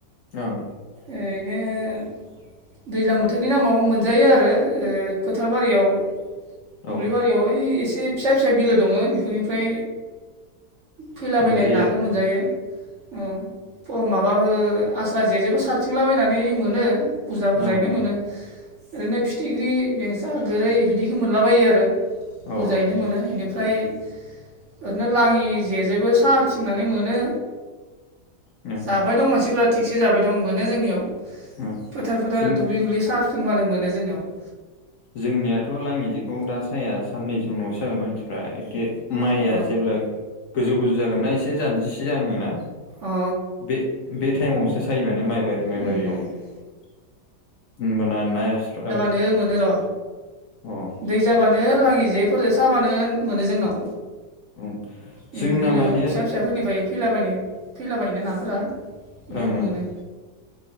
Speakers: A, on the left; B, on the right.
A: ओं
B: ओरैनो दैज्लां बोथोरनि नामाव मोनजायो आरो फोथार ओ बारियाव दुब्लि
A: औ
B: बारियाव एसे फिसा फिसा बिलो दङ बेफोरनिफ्राय फैलाबायनाय
A: मोनजायो
B: नाखौ
A: आरो
B: मोनजायो अ माबाबो आस्रा जेजोंबो स हारथिंलाबायनानै मोनो बुरजा बुरजायैनो
A: ओं
B: मोनो ओरैनो फिथिख्रि बेंसा गोरै बिदिखौ मोनलाबायो आरो
A: औ
B: बुरजायैनो
A: ओं
B: मोनो बेनिफ्राय ओरैनो लाङि जेजोंबो साहा थिंनानै मोनो
A: <unintelligible>
B: जाबाय दं मानसिफ्रा थिगसे जाबाय दं मोनो जोंनियाव
A: औ
B: फोथार फोथार
A: जों
B: दुब्लि दुब्लि साहा बानो मोनो जोंनियाव
A: जोंनियाथ' लाङि जेखौ दा साया साननैसो नावसो जागोन मानसिफ्रा एखे माइआ
B: अ
A: जेब्ला गोजौ गोजौ जागोनना एसे जानजिसे जागोनना
B: अ
A: बे-बे टाइमावसो सायो माने माइबारि माइबारियाव
B: अ
A: होमबाना नास्राबो
B: नो मोनो र
A: अ
B: दै जाबानो लाङि जेफोरजों साबानो मोनो जोंनाव
A: ओं
B: बे
A: जोंना
B: बिलो
A: माने
B: फिसा फिसाफोरनिफ्राय फैलाबायनो फैलाबायनो नाफोरा बेयाव
A: ओं ओं
B: मोनो